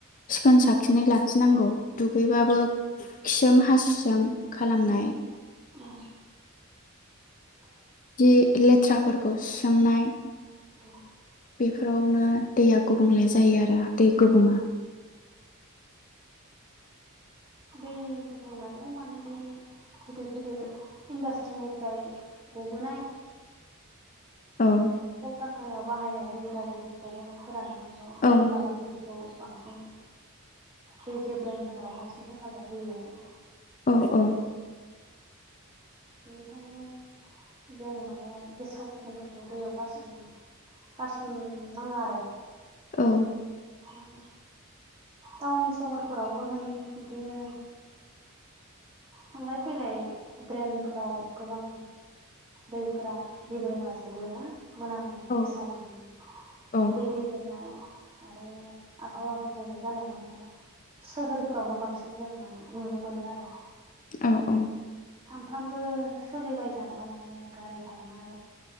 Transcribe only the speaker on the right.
उम उम
औ
दै गुबुंनायाव माने बे गिदिर गिदिर इन्डास्ट्रिनिफ्राय गबोनाय
कल खारखानायाव बाहायनाय दै गाज्रि गब'बोनायफोरानो माने
दैमा बिलोफो- <unintelligible> खौ बांसिन दै गेब्रें होनायाव बांसिन हेफाजाब होयो आरो।
बेनिखायनो जों माने गेसाव गोफोनफोरखौ दैयाव गारसोम गारसोमनाङा आरो
उम टाउन सहरफोरावबो होन बिदिनो थांलाय फैलाय ड्रेनफोराव गोबां दैफोरा गेब्रेंलाजोबो ना? मोनामो
गेसाव मोनो
दै गेबे्ंनाय आरो आबहावा गुबुंले जानायाव माने सोहोरफोरावनो बांसिन जों माने नुनो मोनो आरो
सानफ्रामबो सोलिबाय थानायाव माने गारि खारनाय